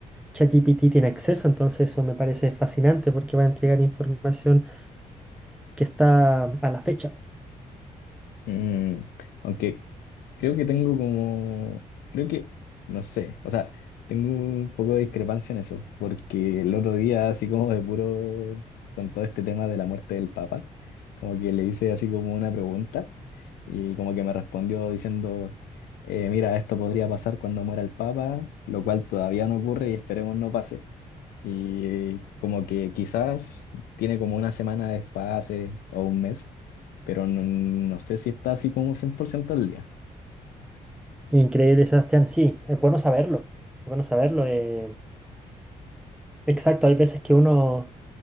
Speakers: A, in the centre; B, on the left.
A: ChatGPT tiene acceso, entonces eso me parece fascinante porque va a entregar información que está a la fecha.
B: Mm, aunque creo que tengo como, creo que, no sé, o sea, tengo un poco de discrepancia en eso, porque el otro día, así como de puro, con todo este tema de la muerte del Papa, como que le hice así como una pregunta y como que me respondió diciendo, eh, mira, esto podría pasar cuando muera el Papa, lo cual todavía no ocurre y esperemos no pase. Y como que quizás tiene como una semana de desfase o un mes, pero no, no sé si está así como 100% al día.
A: Increíble, Sebastián. Sí, es bueno saberlo. Es bueno saberlo. eh, Exacto, hay veces que uno